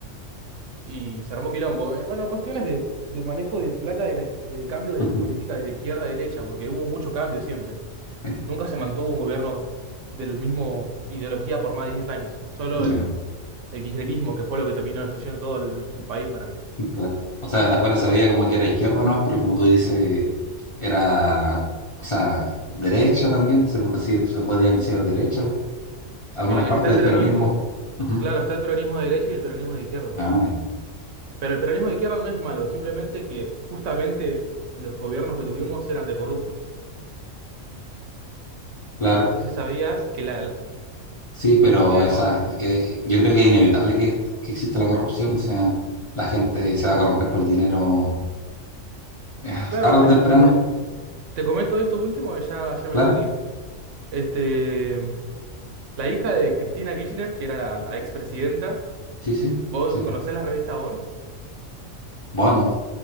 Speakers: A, on the right; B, on the left.
A: y se armó quilombo. Eh, Bueno, cuestiones de, de manejo de plata de la- del cambio de
B: <laughs>
A: política de izquierda a derecha, porque hubo mucho cambio siempre.
B: Sí,
A: Nunca se mantuvo un gobierno del mismo ideología por más de 10 años. Solo
B: Ya,
A: el, el kirchnerismo, que fue lo que terminó destruyendo todo el, el país para mí.
B: claro. O sea, de afuera se veía como que era izquierda, ¿no? Pero como tú dices... Era, o sea, derecha también, se, po- consider- se podía considerar derecha al- algunas
A: Eh,
B: partes
A: está el
B: del
A: peronismo,
B: peronismo. Ujú.
A: claro, está el peronismo de derecha y el peronismo de izquierda.
B: Ah, ya.
A: Pero el peronismo de izquierda no es malo, simplemente que justamente los gobiernos que tuvimos eran de corruptos.
B: Claro,
A: No sé si sabías que la... la-
B: sí, pero
A: eh,
B: esa,
A: bueno,
B: eh, yo creo que es inevitable que, que exista la corrupción, o sea, la gente se va a corromper por el dinero eh,
A: claro,
B: tarde
A: por,
B: o temprano,
A: ej- por ej- te comento esto último y ya, ya me
B: claro,
A: tengo que ir. Este, la hija de Cristina Kirchner, que era la, la expresidenta,
B: sí, sí,
A: vos
B: sí.
A: conocés la revista Avon,
B: Bon,